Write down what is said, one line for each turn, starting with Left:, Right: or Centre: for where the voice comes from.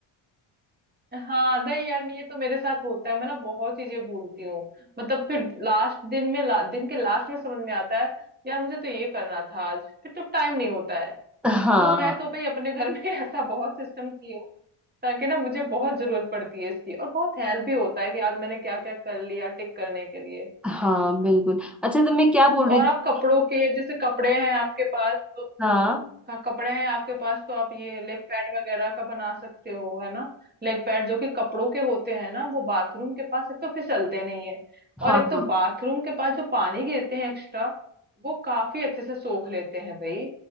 Right: हाँ नहीं यार ये तो मेरे साथ होता है मैं ना बहुत चीजें भूलती हूँ मतलब फिर लास्ट दिन में ला, दिन के लास्ट में समझ में आता है यार मुझे तो ये करना था आज फिर तो टाइम नहीं होता है
Centre: हाँ
Right: तो मैं तो भाई अपने घर में <laughs> ऐसा बहुत सिस्टम की हूँ ताकि ना मुझे बहुत जरूरत पड़ती है इसकी और बहुत हेल्प भी होता है कि आज मैंने क्या क्या कर लिया टिक करने के लिए
Centre: हाँ बिल्कुल अच्छा तो मैं क्या बोल रही
Right: और
Centre: थी
Right: आप कपड़ों के जैसे कपड़े हैं आपके पास तो
Centre: हाँ
Right: का कपड़े हैं आपके पास तो आप ये लेग पैड वगैरह का बना सकते हो है ना लेग पैड जो कि कपड़ों के होते हैं ना वो बाथरूम के पास एक तो फिसलते नहीं है
Centre: हाँ
Right: और एक तो
Centre: हाँ
Right: बाथरूम के पास जो पानी गिरते हैं एक्स्ट्रा वो काफी अच्छे से सोख लेते हैं भाई